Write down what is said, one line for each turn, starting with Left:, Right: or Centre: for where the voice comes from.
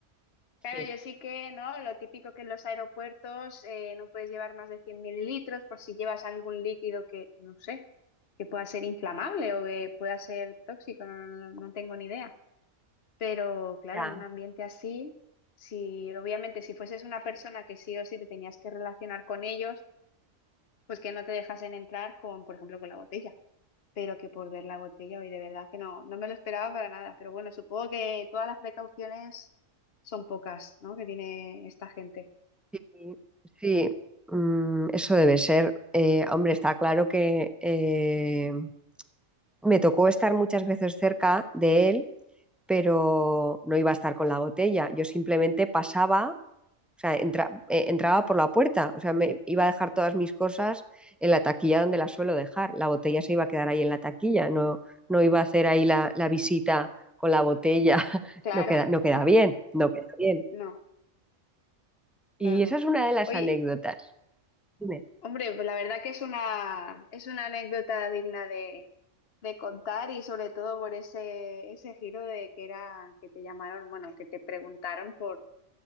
Left: Claro,
Centre: Sí,
Left: yo sí que, ¿no? Lo típico que en los aeropuertos eh, no puedes llevar más de 100 mililitros por si llevas algún líquido que, no sé, que pueda ser inflamable o que pueda ser tóxico, no no- no tengo ni idea. Pero claro,
Centre: ya,
Left: en un ambiente así, si obviamente si fueses una persona que sí o sí te tenías que relacionar con ellos, pues que no te dejasen entrar con, por ejemplo, con la botella. Pero que por ver la botella, hoy de verdad que no, no me lo esperaba para nada. Pero bueno, supongo que todas las precauciones son pocas, ¿no? Que tiene esta gente.
Centre: sí, sí, mm, eso debe ser. Eh, hombre, está claro que eh, me tocó estar muchas veces cerca de él, pero no iba a estar con la botella. Yo simplemente pasaba O sea, entra- eh, entraba por la puerta. O sea, me iba a dejar todas mis cosas en la taquilla donde las suelo dejar. La botella se iba a quedar ahí en la taquilla. No, no iba a hacer ahí la, la visita con la botella. <laughs>
Left: Claro,
Centre: No queda, no queda bien,
Left: <laughs>
Centre: no queda bien.
Left: no,
Centre: Y
Left: no, no.
Centre: esa es una de las
Left: Oye,
Centre: anécdotas. Dime.
Left: Hombre, pues la verdad que es una, es una anécdota digna de, de contar y sobre todo por ese, ese giro de que era que te llamaron, bueno, que te preguntaron por,